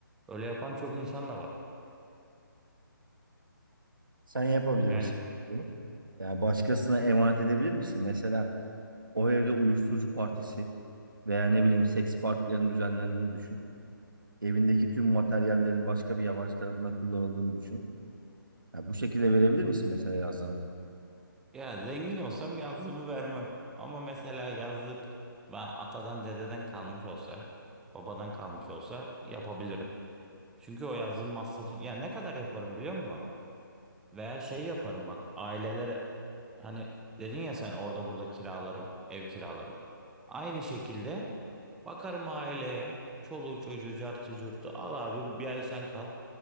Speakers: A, in the centre; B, on the right (about 65°).
A: Öyle yapan çok insan da var.
B: sen yapabilir
A: Yani
B: misin peki bunu? Yani başkasına emanet edebilir misin? Mesela o evde uyuşturucu partisi veya ne bileyim seks partilerinin düzenlendiğini düşün. evindeki tüm materyallerin başka bir yabancı tarafından kullanıldığını düşün. Ya bu şekilde verebilir misin mesela yazdığını?
A: Ya zengin olsam yazlığımı vermem. Ama mesela yazlık ben atadan dededen kalmış olsa, babadan kalmış olsa yapabilirim. Çünkü o yazlığın masrafını ya ne kadar yaparım biliyor musun? Veya şey yaparım bak ailelere hani dedin ya sen orada burada kiralarım, ev kiralarım. Aynı şekilde bakarım aileye, çoluğu çocuğu cartı curtu al abi bir ay sen kal.